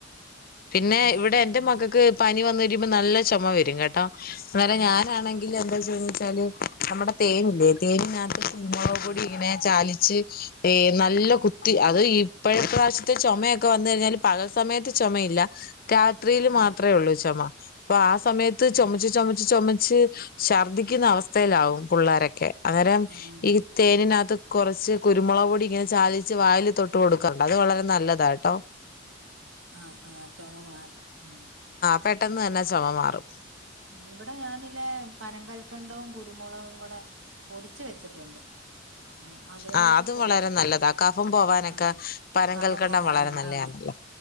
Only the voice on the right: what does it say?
ഉം
ആ
ആ ആ
ആ
ആ
ആ
ആ
ആ
ആ ആ ചൊമമാറും ഉം
ഇവിടെ ഞാനില്ലേ പനങ്കൽക്കണ്ടോം കുരുമുളകും കൂടെ പൊടിച്ച് വെച്ചിട്ടുണ്ട്. ആ അതേലെയൊക്കെ
കൊടുക്കും
ആ
കഫം പോവാന
ആ